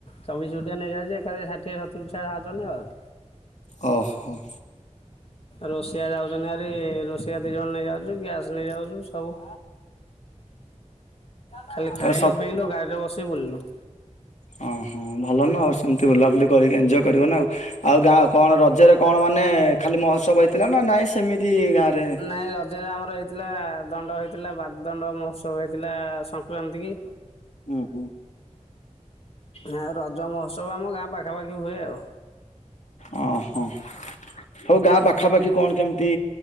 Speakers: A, on the left (about 50°); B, on the left (about 70°).
A: ଚବିଶ ଫୁଟିଆ ନେଇଯାଉଚୁ ଏକା ଥରେ ଷାଠିଏ ସତୁରୀ ଛୁଆ ଯାଉଚନ୍ତି ଉଚନ୍ତି ଆଉ।
B: ଅ ହୋ ।
A: ରୋଷେୟା ଯାଉଚନ୍ତିଭାରି ରୋଷେୟା ଦି ଜଣ ନେଇ ଯାଉଚୁ ଗ୍ୟାସ୍ ନେଇଯାଉଚୁ ସବୁ ଖାଲି
B: ତ
A: ଖାଇଲୁ ପିଇଲୁ ଗାଡିରେ ବସିକି ବୁଲିଲୁ।
B: ହଁ ହଁ ଭଲ ନା ଆଉ ସେମିତି ବୁଲାବୁଲି କରିକି ଏଞ୍ଜୟ କରିବନା ଆଉ। ଆଉ ଗାଁ କଣ ର ରଜରେ କଣ ମାନେ ଖାଲି ମହୋତ୍ସବ ହେଇଥିଲା ନା ନାଇଁ ସେମିତି ଗାଁରେ?
A: ନାଇଁ ରଜରେ ଆମର ହେଇଥିଲା ଦଣ୍ଡ ହେଇଥିଲା। ବାଗ୍ ଦଣ୍ଡ ମ ଉତ୍ସବ ହେଇଥିଲା ସଂକ୍ରାନ୍ତି କି।
B: ହୁଁ ହୁଁ।
A: ନା ରଜ ମହୋତ୍ସବ ଆମ ଗାଁ ପାଖାପାଖି ହୁଏ ଆଉ।
B: ଅ ହ ହୋଉ ଗାଁ ପାଖାପାଖି କଣ କେମିତି